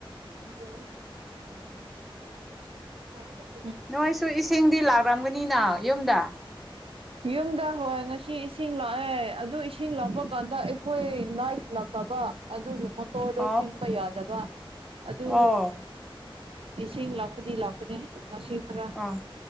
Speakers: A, on the right; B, in the centre.
A: <unintelligible>
B: ꯅꯣꯏꯁꯨ ꯏꯁꯤꯡꯗꯤ ꯂꯥꯛꯔꯝꯒꯅꯤꯅ ꯌꯨꯝꯗ
A: ꯌꯨꯝꯗ ꯍꯣꯏ ꯉꯁꯤ ꯏꯁꯤꯡ ꯂꯥꯛꯑꯦ ꯑꯗꯨ ꯏꯁꯤꯡ ꯂꯥꯛꯄ ꯀꯥꯟꯗ ꯑꯩꯈꯣꯏ ꯂꯥꯏꯠ ꯂꯥꯛꯇꯕ ꯑꯗꯨꯒꯤ ꯃꯣꯇꯣꯔꯗꯣ
B: ꯑꯣ
A: ꯆꯤꯡꯕ ꯌꯥꯗꯕ ꯑꯗꯨ
B: ꯑꯣ
A: ꯏꯁꯤꯡ ꯂꯥꯛꯄꯗꯤ ꯂꯥꯛꯄꯅꯦ ꯉꯁꯤ ꯈꯔ
B: ꯑ